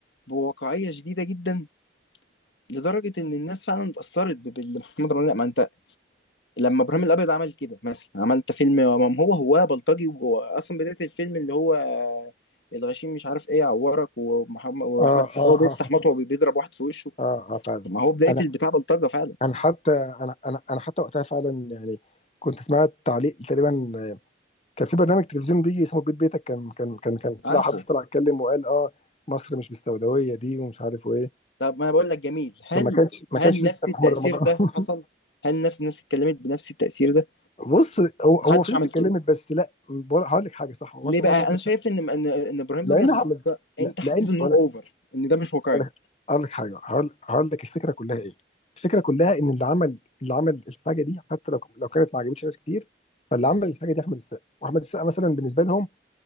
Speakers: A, on the left; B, on the left.
A: بواقعيه شديده جدا لدرجه ان الناس فعلا اتاثرت ب- باللي محمد رمضان لا، ما انت لما ابراهيم الابيض عمل كده مثلا عملت فيلم ما هو هو بلطجي وهو اصلا بدايه الفيلم اللي هو آه، الغشيم مش عارف ايه يعورك ومحمد واحمد
B: اه
A: السقا
B: اه
A: هو بيفتح
B: اه
A: مطوه وبيضرب واحد في وشه
B: اه اه فعلا
A: طب ما هو بدايه
B: أنا
A: البتاع بلطجه فعلا
B: أنا حتى أنا أنا أنا حتى وقتها فعلا يعني كنت سمعت تعليق تقريبا كان في برنامج تلفزيون بيجي اسمه بيت بيتك كان كان كان كان طلع
A: عارفه
B: حد طلع اتكلم وقال اه مصر مش بالسوداويه دي ومش عارف وايه
A: طب ما انا بقول لك جميل هل
B: فما كانش ما
A: هل
B: كانش
A: نفس
B: لسه محمد
A: التاثير
B: رمضان
A: ده
B: <laughs>
A: حصل هل نفس الناس اتكلمت بنفس التاثير ده
B: بص هو
A: محدش
B: هو فلوس
A: عمل
B: اتكلمت
A: كده
B: بس لا بقول- هقول لك حاجه صح هو
A: ليه
B: انت هو
A: بقى
B: انت عندك
A: انا شايف
B: حق.
A: ان ان إن ابراهيم
B: لان
A: الابيض
B: احمد
A: مقصر
B: لا
A: انت حسيت
B: لان
A: ان
B: هقول
A: هو
B: لك
A: اوفر ان ده مش واقعي
B: هقول لك هقول لك حاجه هقول هقول لك الفكره كلها ايه الفكره كلها ان اللي عمل اللي عمل الحاجه دي حتى لو لو كانت ما عجبتش ناس كتير فاللي عمل الحاجه دي احمد السقا واحمد السقا مثلا بالنسبه لهم